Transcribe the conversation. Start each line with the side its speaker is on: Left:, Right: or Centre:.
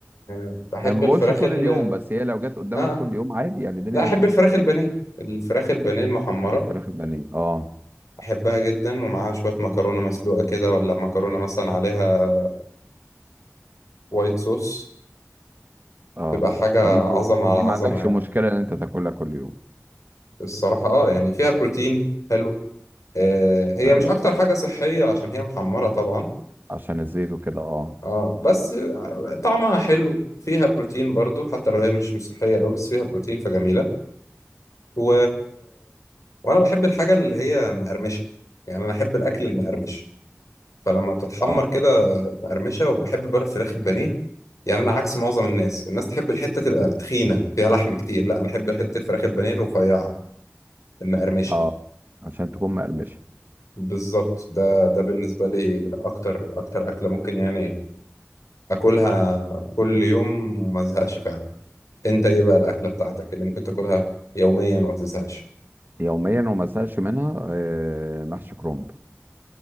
Left: بحب
Right: انا ما
Left: الفراخ
Right: بقولش طول
Left: ال
Right: اليوم بس هي لو جت قدامك
Left: آه
Right: كل يوم عادي يعني الدنيا
Left: لا أحب
Right: لذيذه
Left: الفراخ البانيه الفراخ البانيه المحمرة
Right: الفراخ البانيه اه
Left: أحبها جدا ومعاها شوية مكرونة مسلوقة كده ولا مكرونة مثلا عليها وايت صوص
Right: اه
Left: تبقى حاجة
Right: دي
Left: عظمة على
Right: دي
Left: عظمة
Right: ما عندكش
Left: يعني
Right: مشكله ان انت تاكلها كل يوم
Left: الصراحة آه يعني فيها بروتين حلو آه هي
Right: فعلا
Left: مش أكتر حاجة صحية عشان هي محمرة طبعا
Right: عشان الزيت وكده اه
Left: اه بس طعمها حلو فيها بروتين برضو حتى لو هي مش صحية أوي بس فيها بروتين فجميلة و... وأنا بحب الحاجة اللي هي مقرمشة يعني أنا أحب الأكل المقرمش فلما بتتحمر
Right: اه
Left: كده مقرمشة وبحب بقى الفراخ البانيه يعني أنا عكس معظم الناس الناس تحب الحتة تبقى تخينة فيها لحم كتير لا أنا أحب حتة الفراخ البانيه الرفيعة المقرمشة
Right: اه عشان تكون مقرمشه
Left: بالظبط ده ده بالنسبة لي أكتر أكتر أكلة ممكن يعني أكلها كل يوم وما أزهقش فعلا انت ايه بقى الاكله بتاعتك اللي ممكن تاكلها يوميا وما تزهقش
Right: يوميا وما ازهقش منها آه، محشي كرنب